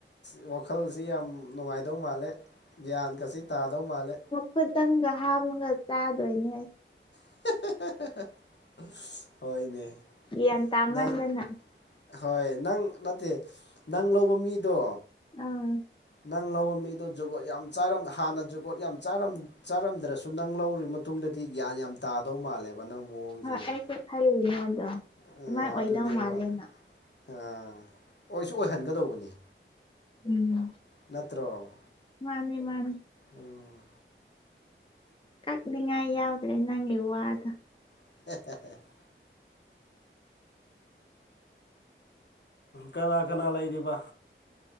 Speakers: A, on the left; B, on the left.
A: ꯑ ꯋꯥꯈꯜꯁꯤ ꯌꯥꯝ ꯅꯨꯡꯉꯥꯏꯗꯧ ꯃꯥꯜꯂꯦ ꯒ꯭ꯌꯥꯟꯒꯥꯁꯤ ꯇꯥꯗꯧ ꯃꯥꯜꯂꯦ
B: ꯈꯨꯇꯪꯒ ꯍꯥꯝꯃꯒ ꯆꯥꯗꯣꯏꯅꯦꯍ
A: <unintelligible> ꯍꯣꯏꯅꯦ꯫
B: ꯏ ꯑ ꯇ ꯑꯃꯟꯗꯅ
A: ꯅꯪ ꯍꯣꯏ ꯅꯪ ꯅꯠꯇꯦ ꯅꯪ ꯂꯧꯕ ꯃꯤꯗꯣ
B: ꯎꯝ
A: ꯅꯪ ꯂꯧꯕ ꯃꯤꯗꯣ ꯖꯨꯒꯣꯠ ꯌꯥꯝ ꯆꯥꯔꯝ ꯍꯥꯟꯅ ꯖꯨꯒꯣꯠ ꯌꯥꯝ ꯆꯥꯔꯝ ꯆꯥꯔꯝꯗ꯭ꯔꯁꯨ ꯅꯪ ꯂꯧꯔ ꯃꯇꯨꯡꯗꯗꯤ ꯒ꯭ꯌꯥꯟ ꯌꯥꯝ ꯇꯥꯗꯧ ꯃꯥꯜꯂꯦꯕ ꯅꯪ ꯅꯣꯡꯖꯦ
B: ꯍꯣꯏ ꯑꯩꯁꯨ ꯈꯜꯂꯤꯅꯦ ꯑꯗꯣ ꯑꯗꯨꯃꯥꯏ
A: ꯎꯝ
B: ꯑꯣꯏꯗꯧ
A: ꯑꯗꯨꯅꯦꯕ꯫
B: ꯃꯥꯜꯂꯦꯅ
A: ꯑ ꯑꯣꯏꯁꯨ ꯑꯣꯏꯍꯟꯒꯗꯧꯕꯅꯤ꯫
B: ꯎꯝ
A: ꯅꯠꯇ꯭ꯔꯣ꯫
B: ꯃꯥꯅꯤ ꯃꯥꯅꯤ꯫
A: ꯎꯝ
B: ꯀꯛꯂꯤꯉꯥꯏ ꯌꯥꯎꯗ꯭ꯔꯦ ꯅꯪꯒꯤ ꯍꯨ ꯑꯗ
A: <unintelligible> ꯀꯅꯥ ꯀꯅꯥ ꯂꯩꯔꯤꯕ